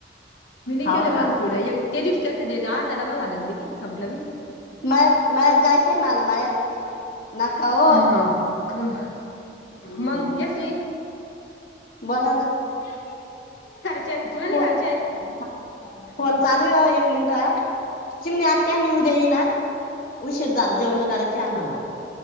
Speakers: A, on the left; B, on the left.
A: मी नायी
B: हाव
A: केल्या
B: का
A: माग पुुढं एक ते दिवशी केलत्या ते तर अर्धा डब्बा झाला लगीच संपल्या बी.
B: मळ्यात मळ्यात जायचयं माला मळ्यात. नका हो
A: हाव गं
B: हम्म
A: मंग जशी
B: बोला ना! माझा अभ्यासच
A: करायचंय
B: घेतला
A: तुला नाही
B: हों,
A: करायचंय
B: फोन चालूयं ओ एक मिनिट हां चिमणी आत्या मी उद्या येईन हां. उशीर झाल जेवणं करायची आम्हाला